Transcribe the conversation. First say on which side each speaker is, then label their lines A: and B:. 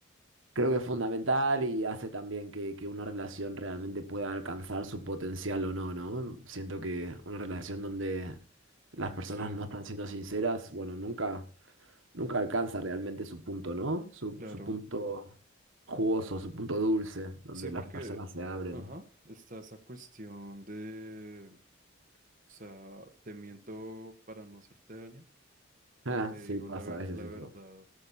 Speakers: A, on the right; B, on the right.
A: creo que es fundamental y hace también que, que una relación realmente pueda alcanzar su potencial o no, ¿no? Siento que una relación donde las personas
B: Sí,
A: no están siendo sinceras, bueno, nunca, nunca alcanza realmente su punto, ¿no? Su,
B: claro.
A: su punto jugoso, su punto dulce, donde
B: Sí, porque,
A: las personas se abren.
B: ajá, está esa cuestión de, o sea, te miento para no hacerte daño o
A: Ah,
B: te
A: sí,
B: digo
A: pasa
B: la ver-
A: a veces
B: la
A: eso.
B: verdad